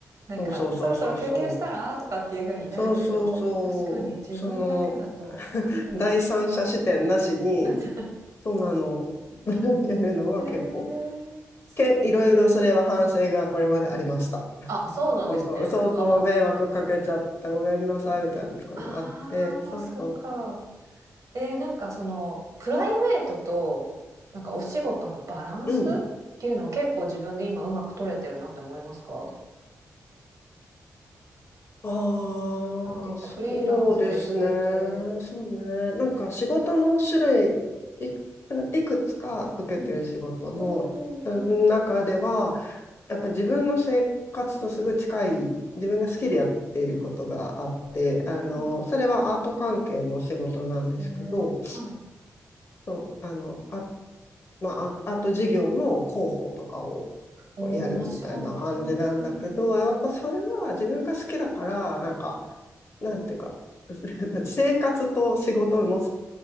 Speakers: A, on the right; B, on the left.
A: 「なんかそろそろ休憩したら?」とかっていう風になるけど確かに自分だけだと、
B: そうそうそうそうそう。そうそうそう。その <laughs>
A: うんうん、
B: 第三者視点なしに、
A: なんか
B: そうなの、<laughs> やるのは結構。
A: へえ、そっか。
B: け、いろいろそれは反省がこれまでありました。
A: あ、そうなんですね。
B: 本当、そうそう、
A: まあまあ、
B: 迷惑かけちゃった、
A: そう。
B: ごめんなさい、みたいなのとかもあって、
A: ああ、
B: そうそう、
A: そっか。えー、なんかそのプライベートとなんかお仕事のバランスっていうのは結構自分で今うまく取れてるなって思いますか
B: うん。ああ、
A: なんていうかフリーランスでしてて、
B: そうですね。そうね。なんか仕事の種類、い、いくつか受けてる仕事のうん中では、
A: うん、うんうんうん
B: やっぱ自分の生活とすぐ近い、自分が好きでやっていることがあって、
A: うん。
B: あの、それはアート関係の仕事なんですけど、
A: へえー、はい。
B: そう、あの、アーまあ、ああと授業の広報とかを
A: おお、
B: やるみたいな感じなんだけど、
A: 面白い。うん。
B: やっぱそれは自分が好きだから、なんか、なんていうか、<laughs> 生活と仕事の